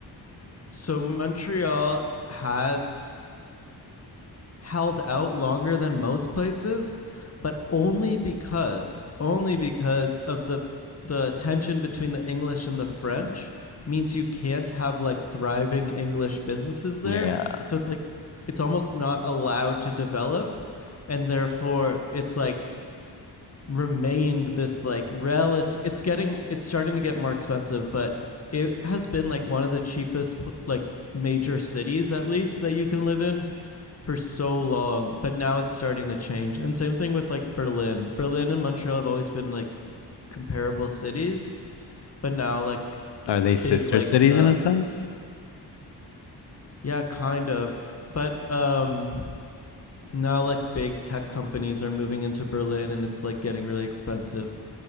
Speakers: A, on the left; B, on the left.
A: So Montreal has held out longer than most places, but only because only because of the the tension between the English and the French means you can't have like thriving English businesses there.
B: Yeah.
A: So it's like it's almost not allowed to develop and therefore it's like remained this like relative it's getting it's starting to get more expensive but it has been like one of the cheapest like major cities at least that you can live in for so long but now it's starting to change and same thing with like berlin berlin and montreal have always been like comparable cities but now like
B: Are they sister
A: big like
B: cities
A: uh
B: in a sense?
A: yeah kind of but um now like big tech companies are moving into Berlin and it's like getting really expensive.